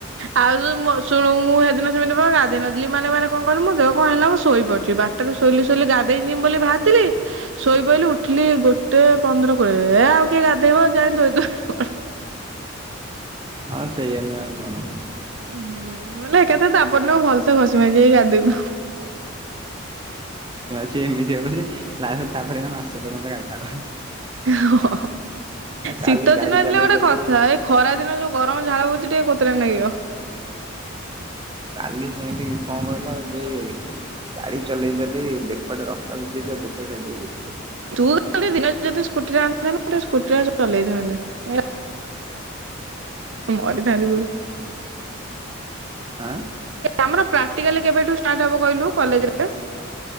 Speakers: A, on the right (about 65°); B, on the right (about 25°).
A: ଆଉ ମୋ ଶୁଣୁ ମୁ ହେଦିନ ସେମିତି ଗାଧେଇ ନ ଲି ମାନେ ମାନେ କଣ କହିଲୁ ମୋ ଦେହ କଣ ହେଲା ମୁଁ ଶୋଇ ପଡଚି। ବାରଟାରୁ ଶୋଇଲି ଶୋଇଲି ଗାଧେଇ ଯିମି ବୋଲି ଭାରିଥିଲି। ଶୋଇପଇଲି ଉଠିଲି ଗୋଟେ ପନ୍ଦର କୋଡିଏ ଏ ଆଉ କିଏ ଗାଧେଇବ। ଯାଏଁ ଧୋଇ ଧୁଆ ହେଇ
B: ହଁ ସେଇଆ ନୁହଁ ଆଉ କଣ?
A: ହୁଁ। କହିଲା ଏକାଥରେ ତାପର ଦିନ ଭଲସେ ଘଷି ମାଜି ହେଇକି ଗାଧେଇବୁ।
B: ସେ ଏମିତି ହବ ବୋଲି ନା ତାପରେ ମାସେ ପର୍ଯ୍ୟନ୍ତ ଗାଧାନା।
A: ହଁ।
B: କାଲି
A: ଶୀତ
B: ଗାଡି
A: ଦିନ ହେଇଥିଲେ
B: ଚଲେଇ
A: ଗୋଟେ
B: ଚଲେଇ
A: କଥା। ଏଇ ଖରା ଦିନ ଯୋଉ ଗରମ ଝାଳ ବହୁଛି ଟିକେ କୋତରା ନାଗିବ। ଓହ
B: କାଲି ସେମିତି କଣ କହିଲ ଯେ ଗାଡି ଚଲେଇ ଚଲେଇ ବେକଟା ରକା <unintelligible> ସେ <unintelligible>
A: ତୁ ଖାଲି ଦିନ ଯଦି ସ୍କୁଟିରେ ଆଣିଥାନ୍ତୁ ମୁଁ ଟିକେ ସ୍କୁଟିରେ ଚଲେଇଥାନ୍ତି। ଏ କରିଥାନ୍ତି ପୁରୀ
B: ଆଁ
A: ଆମର ପା ପ୍ରାକ୍ଟିକାଲି କେବେଠୁ ଷ୍ଟାର୍ଟ ହେବ କହିଲୁ କଲେଜରେ।